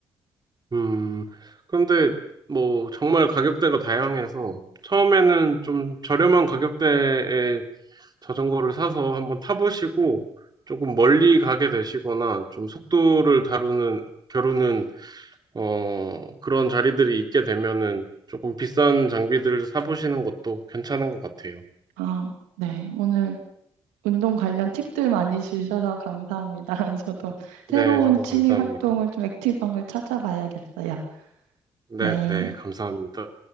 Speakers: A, on the right; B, on the right.
A: 음, 근데 뭐 정말 가격대가 다양해서 처음에는 좀 저렴한 가격대에 자전거를 사서 한번 타보시고 조금 멀리 가게 되시거나 좀 속도를 다루는 겨루는 어, 그런 자리들이 있게 되면은 조금 비싼 장비들을 사보시는 것도 괜찮은 것 같아요.
B: 아, 네. 오늘 운동 관련 팁들 많이 주셔서 감사합니다. <laughs> 저도 새로운
A: 네, 저도
B: 취미
A: 감사합니다.
B: 활동을 좀 액티브한 걸 찾아봐야겠어요.
A: 네,
B: 네.
A: 네, 감사합니다.